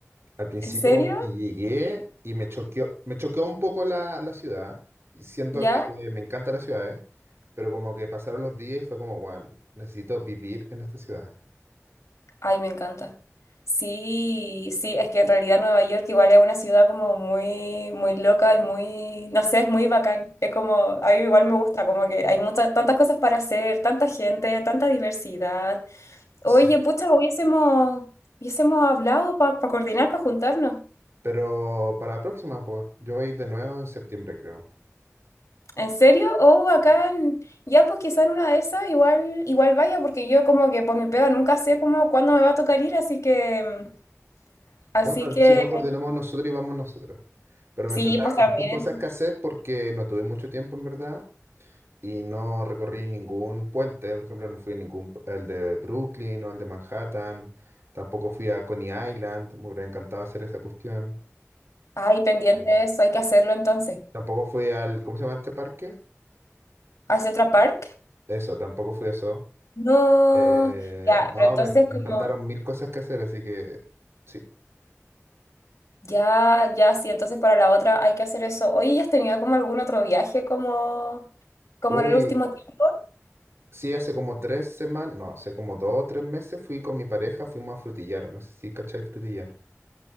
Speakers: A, on the right (about 55°); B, on the left (about 80°).
A: Al principio
B: ¿en serio?
A: como que llegué y me choqueó, me choqueó un poco la, la ciudad. Y siento
B: ¿Ya?
A: que me encanta la ciudad, ¿eh? Pero como que pasaron los días y fue como, weón, necesito vivir en esta ciudad.
B: Ay, me encanta. Sí, sí, es que en realidad Nueva York igual es una ciudad como muy, muy loca y muy, no sé, es muy bacán. Es como, a mí igual me gusta, como que hay muchas, tantas cosas para hacer, tanta gente, tanta diversidad.
A: Sí,
B: Oye, pucha, hubiésemos, hubiésemos hablado para coordinar, para juntarnos.
A: pero para la próxima, pues, yo voy a ir de nuevo en septiembre, creo.
B: ¿En serio? Oh, acá
A: Sí.
B: en- ya pues quizá en una de esas igual, igual vaya, porque yo como que por mi pega nunca sé como cuándo me va a tocar ir, así que... Así
A: Bueno,
B: que
A: si no coordinamos nosotros y vamos nosotros. Pero
B: sí,
A: me faltaron
B: pues también.
A: hartas cosas que hacer porque no tuve mucho tiempo, en verdad, y no recorrí ningún puente. Por ejemplo, no fui a ningún, pu- el de Brooklyn o el de Manhattan. Tampoco fui a Coney Island. Me hubiera encantado hacer esa cuestión.
B: Ay, pendiente
A: Eh,
B: de eso, hay que hacerlo entonces.
A: Tampoco fui al, ¿cómo se llama este parque?
B: ¿Al Central Park?
A: Eso, tampoco fui a eso.
B: No,
A: Eh,
B: ya,
A: no,
B: pero entonces
A: me, me
B: como,
A: faltaron mil cosas que hacer, así que sí.
B: ya, ya, sí, entonces para la otra hay que hacer eso. Oye, ¿ya has tenido como algún otro viaje como, como
A: Uy,
B: en el último tiempo?
A: Sí, hace como tres semanas, no, hace como dos o tres meses fui con mi pareja, fuimos a frutillar, no sé si cachai frutillar.